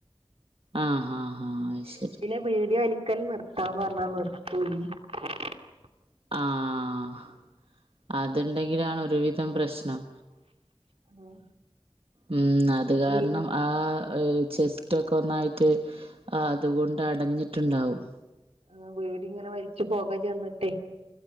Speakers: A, on the right (about 65°); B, on the right (about 85°).
A: ആഹ് ഹാ ഹാ അഹ് ശ
B: പിന്നെ ബീഡി വലിക്കൽ നിർത്താ പർഞ്ഞാ <unintelligible>
A: ആഹ് അത് ഇണ്ടെങ്കിലാണ് ഒരുവിധം പ്രശ്നം
B: ആഹ്
A: ഉം അത് കാരണം
B: വീ
A: ആ ഏഹ് ചെസ്റ്റൊക്കെ ഒന്നായ്റ്റ് ആഹ് അതുകൊണ്ട് അടഞ്ഞിട്ട്ണ്ടാവും
B: ആഹ് വീടിങ്ങനെ വലിച്ച് പോക ചേന്നിട്ടേ